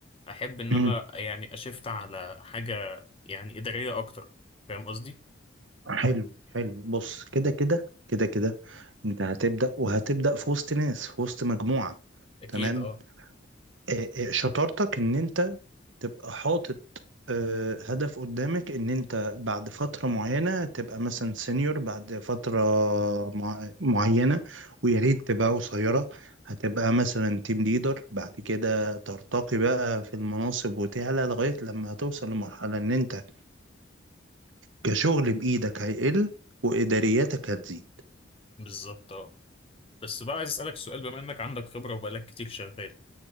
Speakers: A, on the left; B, on the right.
A: احب ان
B: مم.
A: انا يعني اشفت على حاجه يعني اداريه اكتر فاهم قصدي
B: حلو حلو بص كده كده كده كده أنت هتبدأ وهتبدأ في وسط ناس في وسط مجموعة
A: اكيد
B: تمام
A: اه
B: آه، آه، شطارتك إن أنت تبقى حاطط آه، هدف قدامك ان انت بعد فترة معينة تبقى مثلا سينيور بعد فترة مع- معينة ويا ريت تبقى قصيرة هتبقى مثلا تيم ليدر بعد كده ترتقي بقى في المناصب وتعلى لغاية لما هتوصل لمرحلة ان انت كشغل بإيدك هيقل وإدارياتك هتزيد
A: بالظبط اه بس بقى عايز اسالك سؤال بما انك عندك خبره وبقالك كتير شغال